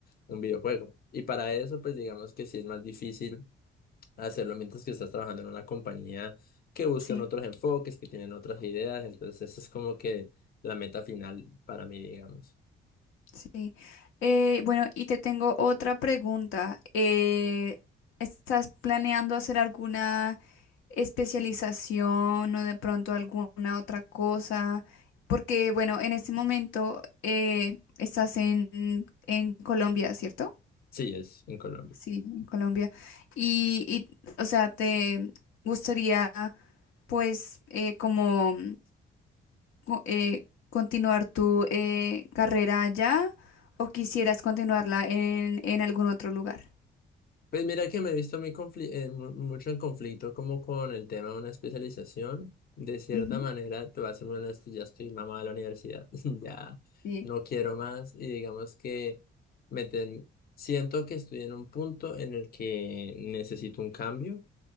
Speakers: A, on the left; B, on the left.
A: un videojuego. Y para eso, pues digamos que sí es más difícil hacerlo mientras que estás trabajando en una compañía que buscan
B: sí.
A: otros enfoques, que tienen otras ideas, entonces esa es como que la meta final para mí, digamos.
B: Sí. Eh, bueno, y te tengo otra pregunta. Eh, ¿estás planeando hacer alguna especialización o de pronto alguna otra cosa? Porque, bueno, en este momento eh, estás en, en Colombia, ¿cierto?
A: Sí, es en Colombia.
B: Sí, en Colombia. Y, y, o sea, ¿te gustaría, pues, eh, como co- eh, continuar tu eh, carrera allá o quisieras continuarla en, en algún otro lugar?
A: Pues mira que me he visto muy confli- eh, mu- mucho en conflicto como con el tema de una especialización. De cierta
B: Ujú,
A: manera, te voy a ser muy honesto, ya estoy mamado de la universidad, <laughs> ya
B: Sí,
A: no quiero más y digamos que me ten- siento que estoy en un punto en el que necesito un cambio.